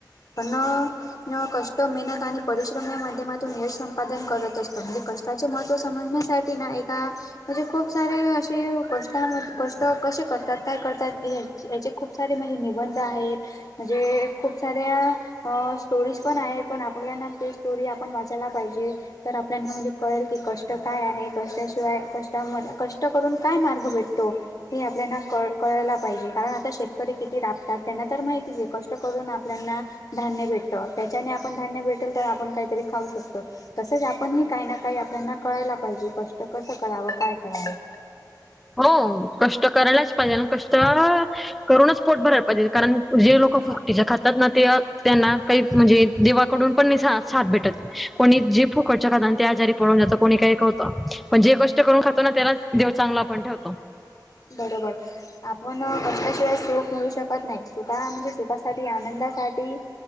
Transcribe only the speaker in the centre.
हो कष्ट करायलाच पाहिजे आणि कष्ट करूनच पोट भरायला पाहिजे. कारण जे लोक फुगटीचे खातात ना ते त्यांना काही म्हणजे देवाकडून पण नयी नयी साथ भेटत. कोणी जे पूकटचे खातात ते त्या आजारी पडू नय जात कोणी काही करत पण जे कष्ट करून खातो ना त्यालाच देव चांगला आपण ठेवतो.